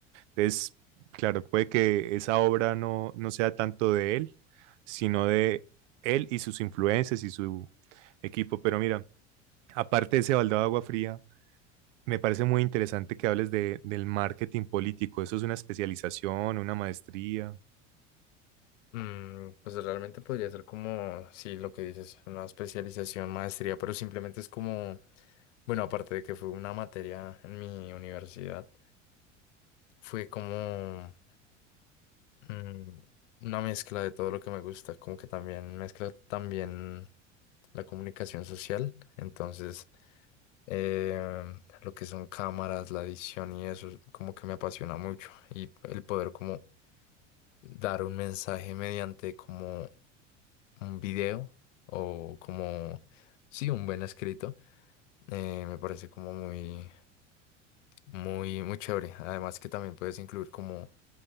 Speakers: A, on the right; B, on the left.
A: Entonces, claro, puede que esa obra no, no sea tanto de él, sino de él y sus influencias y su equipo. Pero mira, aparte de ese baldado de agua fría, me parece muy interesante que hables de, del marketing político. ¿Eso es una especialización, una maestría?
B: Mm, pues realmente podría ser como, sí, lo que dices, una especialización, maestría, pero simplemente es como, bueno, aparte de que fue una materia en mi universidad, fue como... mm, una mezcla de todo lo que me gusta, como que también mezcla también la comunicación social, entonces eh, lo que son cámaras, la edición y eso, como que me apasiona mucho y el poder como dar un mensaje mediante como un video o como, sí, un buen escrito, eh, me parece como muy... Muy, muy chévere. Además que también puedes incluir como